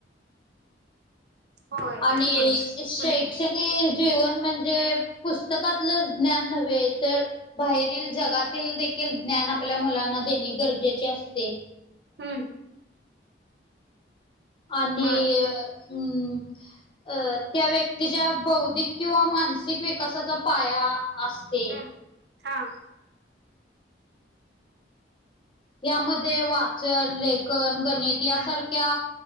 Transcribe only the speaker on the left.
आणि
शैक्षणिक
जीवन म्हणजे पुस्तकातलं ज्ञान नव्हे तर बाहेरील जगातील देखील ज्ञान आपल्या मुलांना देणे गरजेचे असते.
आणि
हम्म, अ त्या व्यक्तीच्या बौद्धिक किंवा मानसिक विकासाचा पाया असते.
यामध्ये वाचन, लेखन, गणित यासारख्या